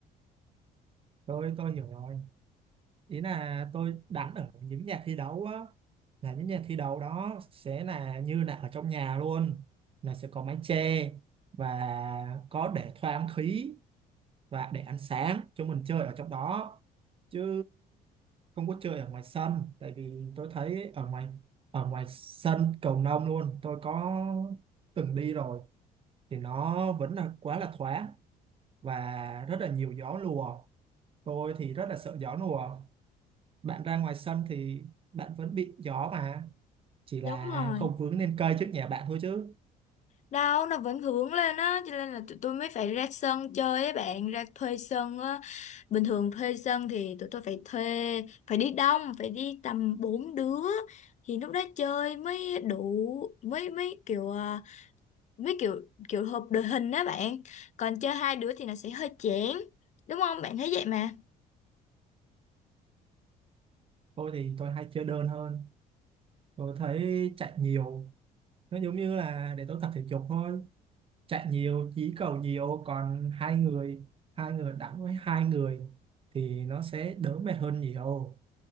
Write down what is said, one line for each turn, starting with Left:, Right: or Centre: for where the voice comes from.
Right: tôi tôi hiểu rồi ý là tôi đánh ở những nhà thi đấu á là những nhà thi đấu đó sẽ là như là ở trong nhà luôn là sẽ có mái che và có để thoáng khí và để ăn sáng chúng mình chơi ở trong đó chứ không có chơi ở ngoài sân tại vì tôi thấy ở ngoài ở ngoài sân cầu lông luôn tôi có từng đi rồi thì nó vẫn là quá là thoáng và rất là nhiều gió lùa tôi thì rất là sợ gió lùa bạn ra ngoài sân thì bạn vẫn bị gió mà chỉ là
Left: Đúng rồi,
Right: không vướng lên cây trước nhà bạn thôi chứ
Left: đâu nó vẫn hướng lên á, cho nên là tụi tôi mới phải ra sân chơi á bạn, ra thuê sân á. Bình thường thuê sân thì tụi tôi phải thuê, phải đi đông, phải đi tầm 4 đứa. Thì lúc đó chơi mới đủ, mới mới kiểu à, với kiểu kiểu hợp đội hình đó bạn còn chơi hai đứa thì nó sẽ hơi chán đúng không bạn thấy vậy mà
Right: tôi thì tôi hay chơi đơn hơn tôi thấy chạy nhiều nó giống như là để tôi tập thể dục thôi chạy nhiều dí cầu nhiều còn hai người hai người đánh với hai người thì nó sẽ đỡ mệt hơn nhiều